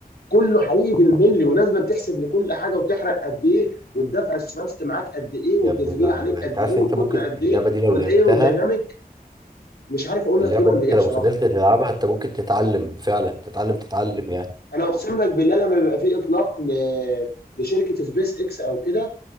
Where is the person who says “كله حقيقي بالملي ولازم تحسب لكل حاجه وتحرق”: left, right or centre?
Left